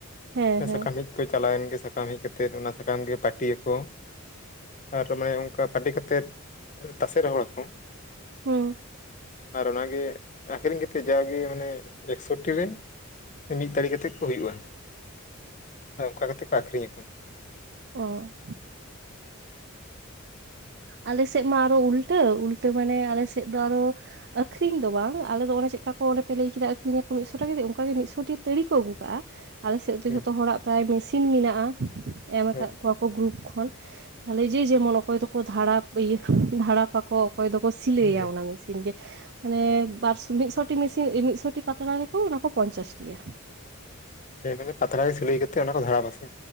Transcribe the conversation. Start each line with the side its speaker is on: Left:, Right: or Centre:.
Right: ᱦᱮᱸ ᱦᱮᱸ
Left: ᱥᱟᱠᱟᱢ ᱦᱮᱡ ᱠᱚ ᱪᱟᱞᱟᱣᱮᱱ ᱜᱮ, ᱥᱟᱠᱟᱢ ᱦᱮᱡ ᱠᱟᱛᱮ ᱚᱱᱟ ᱥᱟᱠᱟᱢ ᱜᱮ ᱯᱟᱹᱴᱤᱭᱟᱠᱚ᱾ ᱟᱨ ᱢᱟᱱᱮ ᱚᱱᱠᱟ ᱯᱟᱴᱤ ᱠᱟᱛᱮᱫ, ᱛᱟᱥᱮ ᱨᱚᱦᱚᱲ ᱟᱠᱚ ᱾
Right: ᱦᱩᱸ
Left: ᱟᱨ ᱚᱱᱟᱜᱮ ᱟᱠᱷᱨᱤᱧ ᱠᱟᱛᱮ ᱡᱟᱣᱟᱜᱮ ᱢᱟᱱᱮ ᱮᱠᱥᱚᱴᱤ ᱨᱮ ᱢᱤᱫ ᱛᱟᱲᱤ ᱠᱟᱛᱮ ᱠᱚ ᱦᱩᱭᱩᱜᱼᱟ᱾ ᱟ ᱚᱱᱠᱟ ᱠᱟᱛᱮ ᱠᱚ ᱟᱠᱷᱨᱤᱧ ᱟᱠᱚ᱾
Right: ᱚ ᱟᱞᱮ ᱥᱮᱜ ᱢᱟ ᱟᱨᱦᱚᱸ ᱩᱞᱴᱟᱹ, ᱩᱞᱴᱟᱹ ᱢᱟᱱᱮ ᱟᱞᱮ ᱥᱮᱫ ᱫᱚ ᱟᱨᱚ ᱟᱹᱠᱷᱨᱤᱧ ᱫᱚ ᱵᱟᱝ, ᱟᱞᱮ ᱫᱚ ᱚᱱᱮ ᱪᱮᱫᱠᱟ ᱠᱚ ᱚᱱᱮ ᱯᱮ ᱞᱟᱹᱭ ᱠᱮᱫᱟ ᱟᱹᱠᱷᱨᱤᱧᱟ ᱠᱚ᱾ ᱢᱤᱫ ᱥᱚ ᱴᱤ ᱛᱟᱹᱲᱤ ᱠᱚ ᱟᱹᱜᱩ ᱠᱟᱜᱼᱟ᱾ ᱟᱞᱮ ᱥᱮᱫ ᱫᱚ
Left: ᱦᱮᱸ
Right: ᱡᱷᱚᱛᱚ ᱦᱚᱲᱟᱜ ᱯᱨᱟᱭ ᱢᱮᱥᱤᱱ ᱢᱮᱱᱟᱜᱼᱟ᱾ ᱮᱢ ᱟᱠᱟᱜ
Left: ᱦᱮᱸ
Right: ᱠᱚᱣᱟ ᱠᱚ ᱜᱨᱩᱯ ᱠᱷᱚᱱ ᱛᱟᱦᱚᱞᱮ ᱡᱮ ᱡᱮᱢᱚᱱ, ᱚᱠᱚᱭ ᱫᱚᱠᱚ ᱫᱷᱟᱨᱟᱯ ᱤᱭᱟᱹ, ᱫᱷᱟᱨᱟᱯ ᱟᱠᱚ᱾ ᱚᱠᱚᱭ ᱫᱚᱠᱚ ᱥᱤᱞᱟᱹᱭᱟ
Left: ᱦᱮᱸ
Right: ᱚᱱᱟ ᱢᱮᱥᱤᱱ ᱜᱮ᱾ ᱢᱟᱱᱮ ᱵᱟᱨᱚ <inaudible> ᱢᱤᱫ ᱥᱚᱴᱤ ᱢᱤᱥᱤᱱ, ᱢᱤᱫ ᱥᱚᱴᱤ ᱯᱟᱛᱲᱟ ᱨᱮᱠᱚ ᱚᱱᱟ ᱠᱚ ᱯᱚᱧᱪᱟᱥ ᱴᱤᱭᱟ᱾
Left: ᱦᱮᱸ ᱢᱟᱱᱮ ᱯᱟᱛᱲᱟ ᱜᱮ ᱥᱤᱞᱟᱹᱭ ᱠᱟᱛᱮ ᱚᱱᱟ ᱠᱚ ᱫᱷᱟᱲᱟᱯ-ᱟ ᱥᱮ᱾